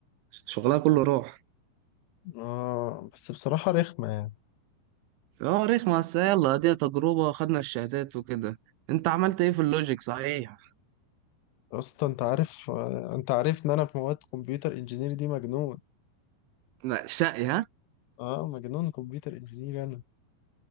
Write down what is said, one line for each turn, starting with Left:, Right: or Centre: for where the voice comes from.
Right: فشغلها كله راح
Left: آه بس بصراحة رخمة يعني
Right: اه رخمه بس يلا دي تجربه خدنا الشهادات وكده انت عملت ايه في اللوجيك صحيح
Left: اصلا انت عارف انت عارف ان انا في مواد كمبيوتر انجينير دي مجنون
Right: لا شقي ها
Left: اه مجنون كمبيوتر انجينير انا